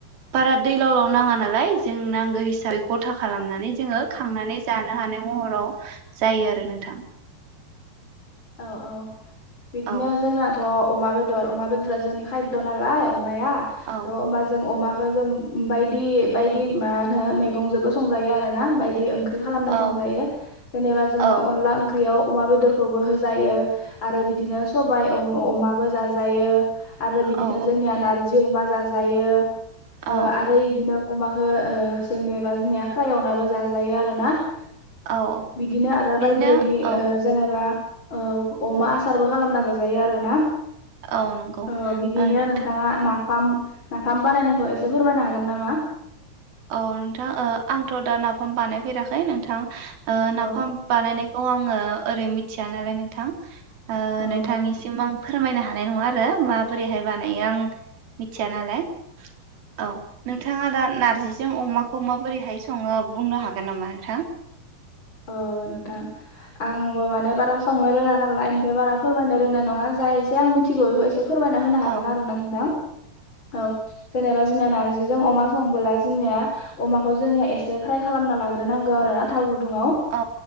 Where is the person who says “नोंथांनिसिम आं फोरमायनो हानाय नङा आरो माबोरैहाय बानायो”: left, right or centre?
Right